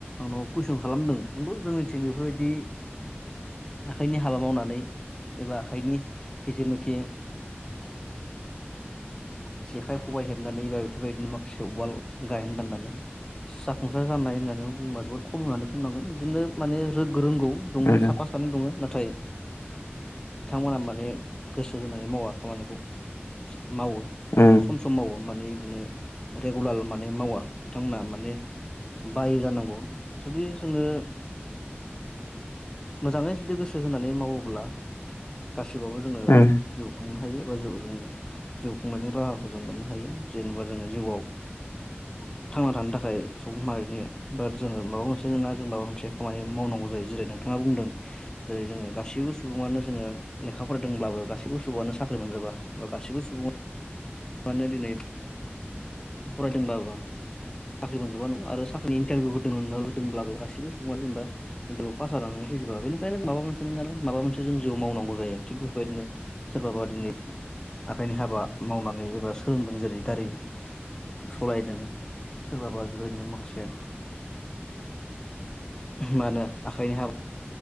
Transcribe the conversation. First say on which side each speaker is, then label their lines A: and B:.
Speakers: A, on the left; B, on the left.
A: आंनाव कुइसन खालामदों नंगौ जोंनिथिं बेफोरबायदि आखाइनि हाबा मावनानै एबा आखाइनि जिथुनाखि
B: <inaudible>
A: जेखाइ खबाय हेबनानै एबा बेफोरबायदिनो माखासे उवाल गायहेन दाननानै जाफुंसार जानाय होननानै बुंङोबा जोबोद खम होननानै बुंनांगोन बिदिनो माने रों रोंगौ दङ
B: उम
A: साफा सानै दङ नाथाय बिथांमोना मा ने गोसो होनानै मावा खामानिखौ मावो
B: उम
A: समाव माने बिदिनो रेगुलार माने मावा बिथांमोनहा माने बायो जानांगौ जुदि जोङो मोजाङै जुदि गोसो होनानै मावोब्ला गासिबावबो जोङो
B: उम
A: जिउ खुंनो हायो एबा जिउ जोङो जिउ खुंनायनि राहाखौ जों मोननो हायो जेनेबा जोङो जिउआव
B: <inaudible>
A: थांना थानो थाखाय सुबुं माहारिनि बा जोङो माबा मोनसे नङा जों माबा मोनसे खामानि मावनांगौ जायो जेरै नोंथा थाङा बुंदों जेरै जोङो गासैबो सुबुङानो जोङो लेखा फरायदोंब्लाबो गासिबो सुबुआनो साख्रि मोनजोबा बा गासिबो सुबुं माने दिनै फरायदोंबाबो साख्रि मोनजोबा नङा आरो साख्रिनि इन्टारभिउ होदोंना होदोंब्लाबो गासिबो समा जेनेबा <unintelligible> फैजोबा बेनिफ्रायनो माबा मोनसे <unintelligible> माबा मोनस जों जिउआव मावनांगौ जायो थिग बेबायदिनो सोरबाबा दिनै आखाइनि हाबा मावनानै एबा सोलोंदों जेरै गारि सलायदों सोरबाबा बेबायदिनो माखासे मानो आखाइनि हाबा